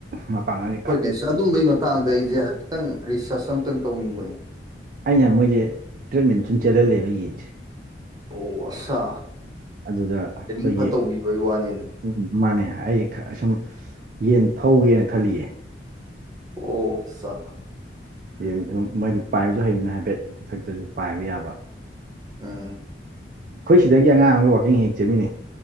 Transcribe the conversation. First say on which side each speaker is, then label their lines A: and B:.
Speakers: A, on the right (about 45°); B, on the right (about 20°).
A: ꯃ ꯄꯥꯡꯉꯅꯤ
B: ꯍꯣꯏꯅꯦ ꯑꯗꯨꯝꯕꯒꯤ ꯃꯇꯥꯡꯗ ꯑꯩꯁꯦ ꯍꯥꯏꯐꯦꯠꯇꯪ ꯔꯤꯁꯔꯁ ꯑꯇꯪ ꯇꯧꯅꯤꯡꯕꯅꯦ
A: ꯑꯩꯅ ꯃꯣꯏꯁꯦ ꯇꯔꯦꯠꯃꯤꯟ ꯁꯨꯝ ꯆꯦꯜꯍꯜꯂꯦꯕ ꯌꯦꯟꯁꯦ
B: ꯑꯣ ꯑꯁꯥ
A: ꯑꯗꯨꯗ ꯑꯩꯈꯣꯏꯒꯤ
B: ꯇ꯭ꯔꯦꯅꯤꯡ ꯐ ꯇꯧꯕꯤꯕꯒꯤ ꯋꯥꯅꯤ ꯑꯗꯨꯗꯤ
A: ꯎꯝ ꯃꯥꯅꯦ ꯑꯩ ꯁꯨꯝ ꯌꯦꯟ ꯊꯧꯒꯦꯅ ꯈꯜꯂꯤꯌꯦ
B: ꯑꯣꯁ
A: ꯌꯦꯟ ꯃꯣꯏꯗꯨ ꯄꯥꯏꯕꯁꯨ ꯍꯌꯦꯡꯅ ꯍꯥꯏꯐꯦꯠ ꯃꯊꯛꯇꯁꯨ ꯄꯥꯏꯕ ꯌꯥꯕ
B: ꯎꯝ
A: ꯑꯩꯈꯣꯏ ꯁꯤꯗꯒꯤ ꯑꯉꯥꯡ ꯑꯃꯒ ꯋꯥꯥꯛꯀꯤꯡ ꯍꯦꯛ ꯆꯠꯃꯤꯅꯦ